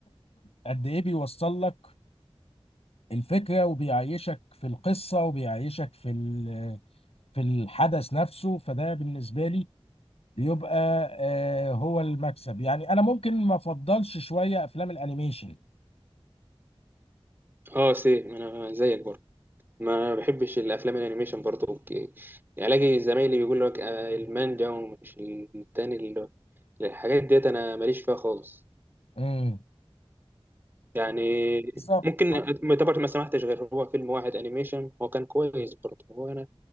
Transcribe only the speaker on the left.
قد ايه بيوصل لك الفكره وبيعيشك في القصه وبيعيشك في ال- في الحدث نفسه فده بالنسبه لي بيبقى آه، هو المكسب يعني انا ممكن ما افضلش شويه افلام الانيميشن
امم
بالظبط